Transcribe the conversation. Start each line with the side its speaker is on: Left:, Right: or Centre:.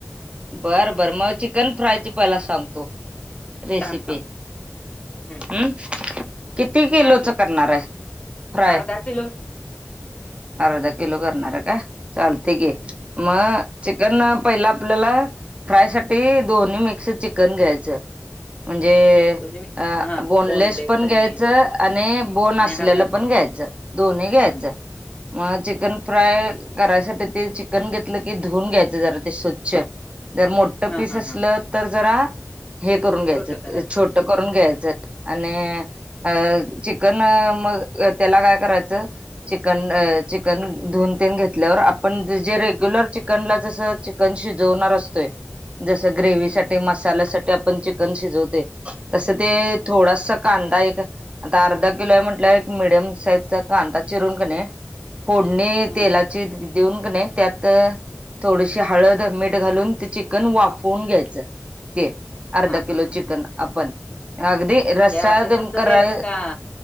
Right: बर बर मग चिकन फ्रायची पहिला सांगतो. रेसिपी
Left: सांग सांग हम्म
Right: हम्. किती किलोच
Left: सांग की
Right: करणार आहे फ्राय?
Left: अर्धा किलो
Right: अर्धा किलो करणार आहे का चालते की.
Left: हम्म.
Right: मग चिकन पहिलं आपल्याला. फ्राय साठी दोन्ही मिक्स चिकन घ्यायचं म्हणजे
Left: दोन्ही मिक्स
Right: अ
Left: हा
Right: बोनलेस पण
Left: आणि
Right: घ्यायचं आणि बोन
Left: आणि
Right: असलेलं
Left: हाडाचं
Right: पण घ्यायचं दोन्ही घ्यायच
Left: हम्म
Right: मग चिकन फ्राय. करायसाठी ते चिकन घेतलं की धुऊून घ्यायच जरा ते स्वच्छ जर मोठ
Left: हा
Right: पीस
Left: हा
Right: असलं
Left: हा
Right: तर जरा हे करून घ्यायचं
Left: छोट करायचं
Right: छोट करून घ्यायचं आणि चिकन मग त्याला काय करायचं चिकन अ चिकन धुऊन तेन घेत- ल्या आपण जे रेग्युलर चिकनला जस चिकन शिजवणार असतोय जस ग्रेवी
Left: हम्म
Right: साठी, मसाल्या साठी आपण चिकन शिजवते तस ते
Left: हम्म
Right: थोडस कांदा एक आता अर्धा किलो आहे म्हटलं एक मीडियम साईजचा कांदा चिरून कनी फोडणी
Left: हा
Right: तेलाची देऊन कनी त्यात थोडीशी हळद, मीठ घालून ते चिकन वाफवून घ्यायचं ते. अर्ध
Left: हा
Right: किलो
Left: हा हा
Right: चिकन आपण अगदी रस्सा
Left: जे अर्ध
Right: ते
Left: कच्च
Right: करा
Left: घ्यायचं का